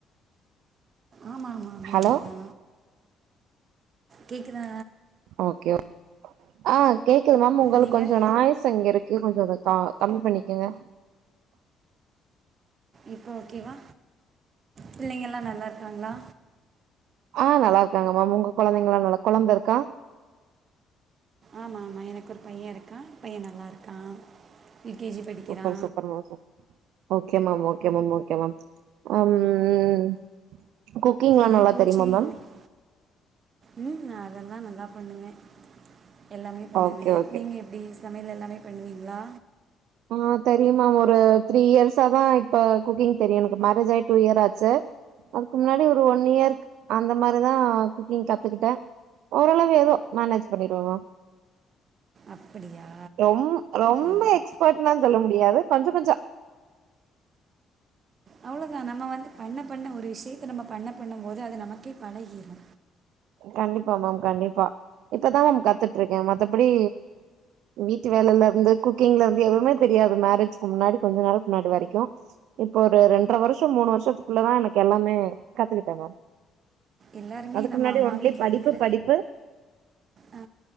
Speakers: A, on the right; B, on the right.
A: ஆமா ஆமா மேரீடுதா
B: ஹலோ
A: கேக்குதா
B: ஓகே அ கேக்குது மேம் ஒங்களுக்
A: நீங்கள்
B: கொஞ்சொ நாய்ஸ் அங்கருக்கு கொஞ்சொ வக் தா கம்மி பண்ணிக்கங்க
A: இப்ப ஓகேவா பிள்ளைங்கலா நல்லாருக்காங்களா
B: ஆ நல்லாருக்காங்க மேம் ஒங்க கொழந்தைங்களா நல்லா கொழந்தருக்கா
A: ஆமா ஆமா எனக்கொரு பைய இருக்கா பைய நல்லாருக்கா ப்ரீ கே ஜி படிக்கிறா
B: சூப்பர் சூப்பர் மேம் சூப் okay ma'am okay ma'am okay ma'am ம் குக்கிங்லா
A: எப்படி
B: நல்லா
A: போச்சு
B: தெரியுமா மேம்
A: இன்னைக்கு? ம் அதெல்லா நல்லா பண்ணுவ எல்லாமே பண்ணுவ
B: ஓகே ஓகே
A: நீங்க எப் ப்டி சமையல் எல்லாமே பண்ணுவீங்களா
B: அ தெரியு மேம் ஒரு த்ரீ இயர்ஸாதா இப்ப குக்கிங் தெரியு எனக்கு மேரேஜாய் டூ இயர் ஆச்சு அதுக்கு முன்னாடி ஒரு ஒன் இயர்க் அந்த மாரிதா குக்கிங் கத்துக்கிட்ட ஓரளவு எதோ மேனேஜ் பண்ணிருவ மேம்
A: அப்படியா
B: ரொம் ரொம்ப
A: ஓகே
B: எக்ஸ்பர்ட்னா சொல்ல முடியாது கொஞ்ச கொஞ்சொ
A: அவ்வளோதா நம்ம வந்து பண்ண பண்ண ஒரு விஷயத்த நம்ம பண்ண பண்ணம்போது அது நமக்கே பழகிரு
B: கண்டிப்பா மேம் கண்டிப்பா இப்பதா மேம் கத்துட்ருக்கே மத்தபடி வீட்டு வேலைலர்ந்து குக்கிங்லர்ந்து எதுவுமே தெரியாது மேரேஜ்க்கு முன்னாடி கொஞ்ச நாளக் முன்னாடி வரைக்கு இப்ப ஒரு ரெண்ட்ரை வருஷம் மூணு வருஷத்துக்குள்ளதா எனக்கு எல்லாமே கத்துக்கிட்ட மேம்
A: எல்லாருமே
B: அதுக்கு
A: நம்ம
B: முன்னாடி
A: அம்மா
B: ஒன்லி
A: வீட்ல
B: படிப்பு
A: இருக்குற
B: படிப்பு
A: ஆ